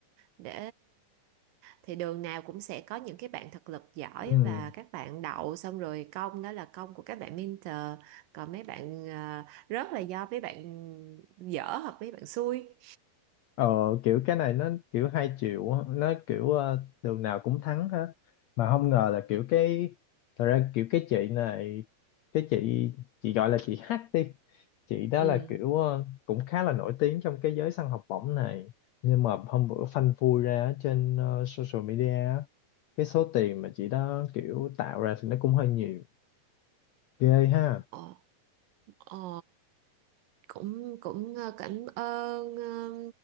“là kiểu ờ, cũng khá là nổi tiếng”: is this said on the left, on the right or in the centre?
Left